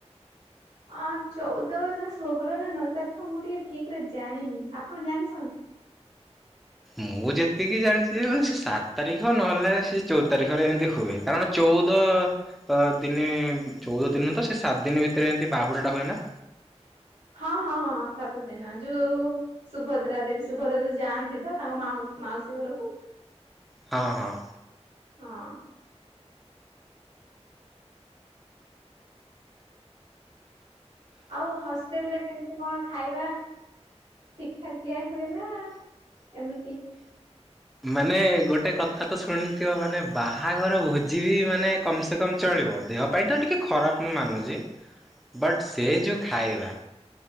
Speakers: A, on the right (about 80°); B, in the centre.
A: ଅ ଚଉଦ ନା ଷୋହଳ ନା ନଅ ତାରିଖ ମୁଁ ଟିକେ ଠି ରେ ଜାଣିନି ଆପଣ ଜାଣିଛନ୍ତି।
B: ମୁଁ ଯେତିକି ଜାଣିଛି ଯେ ସେ ସାତ ତାରିଖ ନହେଲେ ସେ ଚଉଦ ତାରିଖରେ ଏମିତି ହୁଏ କାରଣ ଚଉଦ ଦିନ ଚଉଦ ଦିନ ହୁଅ ତ ସେ ସାତଦିନ ଭିତରେ ଏମିତି ବାହୁଡ଼ାଟା ହୁଏ ନା।
A: ହଁ ହଁ ହଁ ସାତ ଦିନ ଯୋଉ ସୁଭଦ୍ରା ଦେବୀ ସୁଭଦ୍ରା ଯାଆନ୍ତି ତ ତାଙ୍କ ମାଉୀ ମାଉସୀ ଘରକୁ।
B: ହଁ ହଁ।
A: ହଁ। ଆଉ ହଷ୍ଟେଲରେ କେମିତି କଣ ଖାଇବା? ଠିକ ଠାକ ଦିଆ ହୁଏ ନା ଏମିତି?
B: ମାନେ ଗୋଟେ କଥା ତ ଶୁଣିଥିବ ମାନେ ବାହାଘର ଭୋଜି ବି ମାନେ କମ ସେ କମ ଚଳିବ ଦେହ ପାଇଁତ ଟିକେ ଖରାପ ମୁଁ ମାନୁଛି।
A: <inaudible>
B: ବଟ୍ ସେ ଯେଉଁ ଖାଇବା।